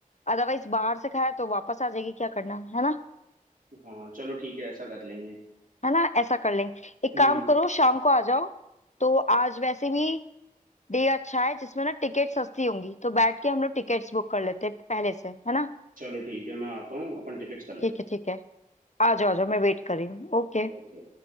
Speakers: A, on the left (about 55°); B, on the right (about 75°).
A: अदरवाइज बाहर से खाया तो वापस आ जाएगी क्या करना है ना
B: हाँ चलो ठीक है ऐसा कर लेंगे
A: है ना ऐसा कर लेंगे एक
B: हम्म
A: काम करो शाम को आ जाओ तो आज वैसे भी डे अच्छा है जिसमें ना टिकट सस्ती होंगी तो बैठ के हम लोग टिकट्स बुक कर लेते हैं पहले से है ना
B: चलो ठीक है मैं आता हूँ अपन टिकट्स कर लेते
A: ठीक है
B: हैं
A: ठीक है आ जाओ आ जाओ मैं वेट कर रही हूँ ओके
B: ओके